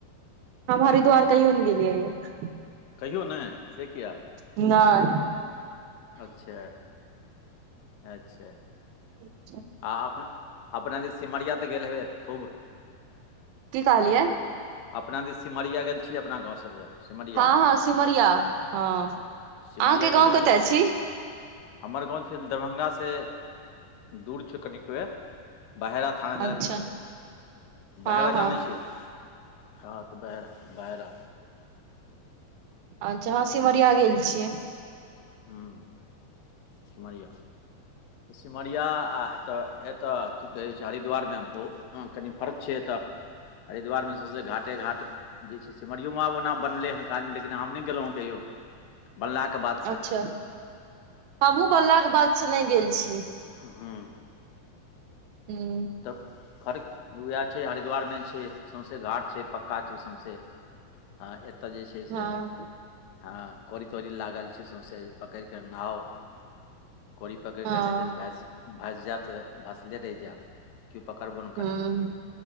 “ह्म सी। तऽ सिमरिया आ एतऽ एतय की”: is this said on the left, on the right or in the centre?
Left